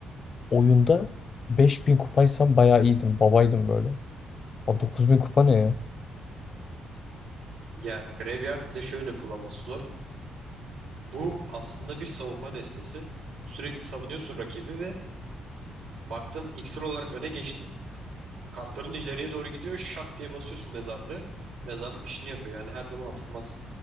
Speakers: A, on the left; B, on the right.
A: Oyunda 5000 kupaysam bayağı iyiydim. Babaydım böyle. Aa 9000 kupa ne ya?
B: Ya Graveyard bir de şöyle kullanması zor. Bu aslında bir savunma destesi. Sürekli savunuyorsun rakibi ve baktın iksir olarak öne geçtin. Kartların da ileriye doğru gidiyor. Şak diye basıyorsun mezarlığı. Mezarlık işini yapıyor. Yani her zaman atılmaz.